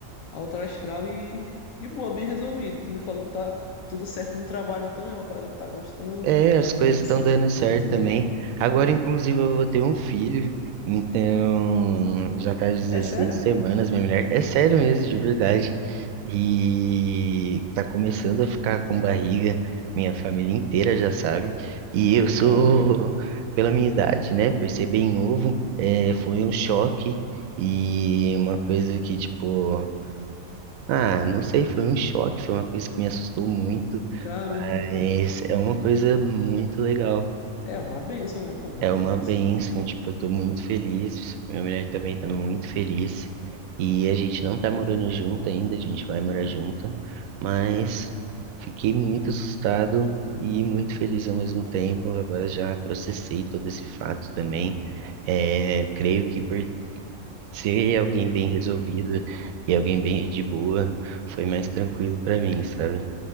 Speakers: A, on the left; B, on the right.
A: alto astral e de boa, bem resolvido. E tu me falou que tá tudo certo no trabalho, então é uma parada que tá gostando,
B: É,
A: que tu tá
B: as
A: até
B: coisas
A: pensando
B: estão dando
A: em
B: certo
A: fazer uma.
B: também. Agora, inclusive, eu vou ter um filho, então já tá 16
A: É sério?
B: semanas, minha mulher. É sério mesmo, de verdade. E tá começando a ficar com barriga, minha família inteira já sabe. E eu sou,
A: Caramba,
B: pela minha idade, né, por ser bem novo, é, foi um choque e uma coisa que, tipo. Ah, não sei, foi um choque, foi uma coisa que me assustou muito,
A: caramba.
B: mas é uma coisa muito legal.
A: É uma benção, né? Pô, uma
B: É
A: criança.
B: uma bênção, tipo, eu tô muito feliz, minha mulher também tá muito feliz, e a gente não tá morando junto ainda, a gente vai morar junto, mas fiquei muito assustado e muito feliz ao mesmo tempo. Agora já processei todo esse fato também. É, creio que por se é alguém bem resolvido e alguém bem de boa, foi mais tranquilo pra mim, sabe?